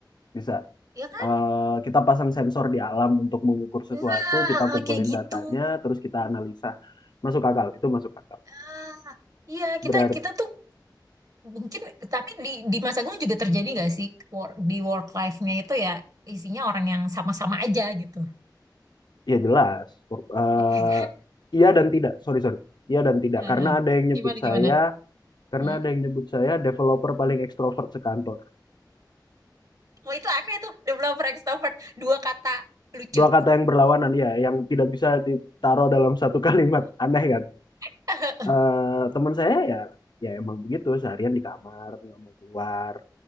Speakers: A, on the left (about 70°); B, on the right (about 50°).
A: bisa.
B: Ya kan?
A: eh, kita pasang sensor di alam untuk mengukur sesuatu,
B: Nah,
A: kita
B: hal-hal
A: kumpulin
B: kayak gitu.
A: datanya, terus kita analisa. Masuk akal, itu masuk akal.
B: Ah, Iya,
A: Berarti,
B: kita kita tuh Mungkin, tapi di, di masa gue juga terjadi nggak sih work- di work life-nya itu ya isinya orang yang sama-sama aja gitu.
A: ya jelas. Eh,
B: <laughs>
A: iya dan tidak, sorry, sorry. Iya dan tidak,
B: Eh,
A: karena ada yang nyebut
B: Gimana, gimana?
A: saya, karena
B: Hmm?
A: ada yang nyebut saya developer paling ekstrovert sekantor.
B: Oh, itu aneh tuh, developer extrovert. Dua kata lucu.
A: Dua kata yang berlawanan, ya, yang tidak bisa ditaruh dalam satu <laughs> kalimat. Aneh kan?
B: <laughs>
A: eh teman saya ya ya emang begitu seharian di kamar nggak mau keluar